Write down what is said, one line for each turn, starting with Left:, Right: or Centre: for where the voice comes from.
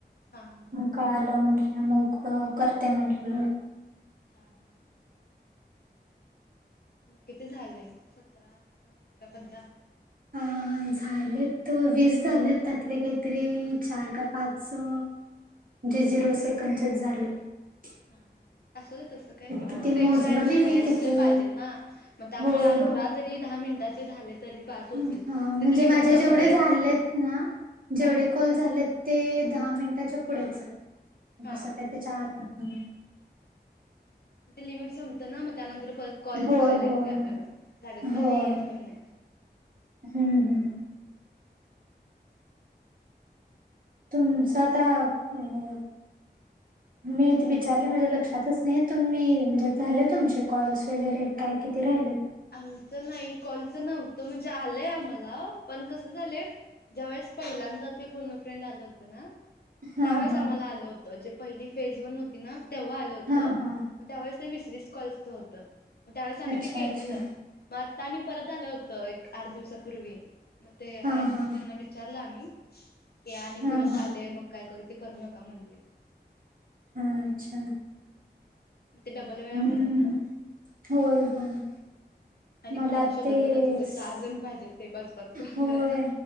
Left: हा हा.
Right: कळालं म्हटलं मग करते म्हटलं मी.
Left: हा हा हा किती झाले सतरा अठरा काय पंधरा.
Right: हम. झालेत त वीस झालेत त्यातले काहीतरी चार का पाच अ जे झिरो सेकंद चेच झालेत.
Left: हा हा असुदे तस काय नाही
Right: किती
Left: फक्त एकशे
Right: मोजलो
Left: ऐंशी
Right: नाही मी
Left: मिनिट
Right: किती
Left: पाहिजेत ना मग त्यामुळे
Right: होय
Left: अठरा जरी दहा मिनिटाचे झाले, तरी बास होतील
Right: ह
Left: त्यात
Right: म्हणजे
Left: लिमिट
Right: माझे
Left: संपतयच
Right: जेवढे झालेत ना जेवढे
Left: हा
Right: कॉल झाले. ते दहा मिनिटाच्या पुढेच आहे
Left: हा
Right: जसं काय त्याच्या आत हम्
Left: ते लिमिट संपत ना मग त्यानंतर परत कॉलच
Right: होय
Left: करायला
Right: होय
Left: येत नाही आपल्याला लागत पण
Right: होय
Left: नाही येत पण नाही.
Right: हम्म हम तुमच आता अ मी विचारले माझ्या लक्षातच नाही तुम्ही म्हणजे झाले तुमचे कॉल्स वगैरे काय किती राहिलेत.
Left: आमचं नाही कॉलचं नव्हत म्हणजे आलंय आम्हाला पण कसं झालंय ज्यावेळेस पहिल्यांदा ते फोन अ फ्रेंड आलं होतं ना,
Right: हा
Left: त्यावेळेस
Right: हा
Left: आम्हाला आलं होत जे पहिली फेज वन होती ना तेव्हा आलं होत.
Right: हा हा
Left: मग त्यावेळेस ते वीस वस कॉलच होतं मग त्यावेळेस आम्ही
Right: अच्छा
Left: ते केलेलं.
Right: अच्छा
Left: म आता आणि परत आलं होतं एक आठ दिवसापूर्वी, मग ते आहेत
Right: हा हा
Left: ना त्यांना विचारलं आम्ही की आणि
Right: हा
Left: परत
Right: हा
Left: आले मग काय करू ते करू नका म्हणले.
Right: हा अच्छा.
Left: मग ते डबल वेळा
Right: हम्म
Left: होणार ना.
Right: होय होय.
Left: आणि
Right: मला
Left: कोणाला शोधत
Right: ते
Left: बसायचं उगाच
Right: स
Left: सहा जण पाहिजेत ते पाच पाच कॉल
Right: होय.
Left: करायला.